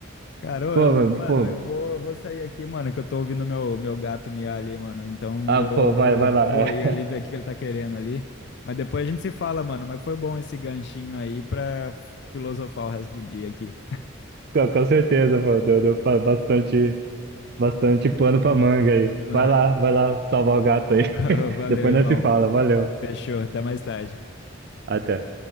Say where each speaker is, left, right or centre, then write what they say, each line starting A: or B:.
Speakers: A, on the left (about 55°); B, on the right (about 50°).
A: Cara, ô,
B: Pô,
A: eu,
B: mas,
A: mano,
B: pô,
A: eu vou, eu vou sair aqui, mano, que eu tô ouvindo meu, meu gato miar ali, mano. Então
B: ah,
A: vou,
B: pô, vai,
A: vou,
B: vai
A: vou
B: lá, é,
A: ir ali ver o que ele tá querendo ali. Mas depois a gente se fala, mano. Mas foi bom esse ganchinho aí pra filosofar o resto do dia aqui.
B: <laughs> com, com certeza, pô, deu, deu pa- bastante, bastante pano pra manga aí,
A: Né?
B: vai lá, vai lá salvar o gato aí,
A: <laughs>
B: <laughs>
A: Valeu,
B: depois nós
A: irmão.
B: se fala, valeu,
A: Fechou, até mais tarde.
B: até.